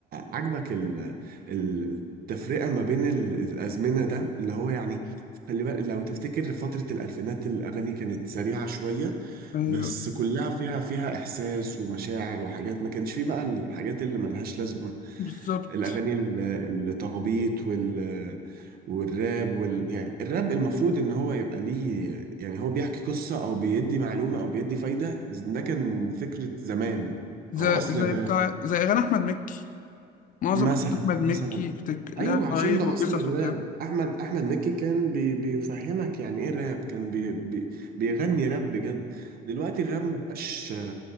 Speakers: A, on the right; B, on the left.
A: عاجبك ال- التفرقه ما بين ال- الازمنه ده اللي هو يعني خلي بالك لو تفتكر فتره الالفينات الاغاني كانت سريعه شويه
B: أيوه
A: بس كلها فيها فيها احساس ومشاعر وحاجات ما كانش فيه بقى الحاجات اللي ملهاش لازمه
B: بالظبط
A: الاغاني ال- التخبيط وال والراب وال... يعني الراب المفروض ان هو يبقى ليه يعني هو بيحكي قصه او بيدي معلومه او بيدي فايده ده كان فكره زمان
B: زي
A: او اصل
B: زي
A: الراب
B: بتاع زي أغاني أحمد مكي معظم
A: مثلا
B: أغاني أحمد
A: مثلا
B: مكي بتك... لها
A: ايوه
B: فوايد
A: عشان ده
B: وقصص
A: اصل الراب
B: وبتاع
A: احمد احمد مكي كان بي بيفهمك يعني ايه راب كان بي بي بيغني راب بجد دلوقتي الراب ما بقاش